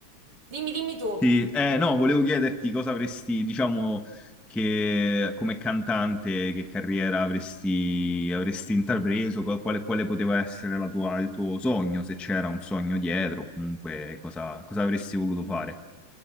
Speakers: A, on the right (about 50°); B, in the centre.
A: dimmi, dimmi tu.
B: Sì, eh, no, volevo chiederti cosa avresti, diciamo, che come cantante, che carriera avresti, avresti intrapreso, qual- quale, quale poteva essere la tua- il tuo sogno, se c'era un sogno dietro, comunque cosa, cosa avresti voluto fare.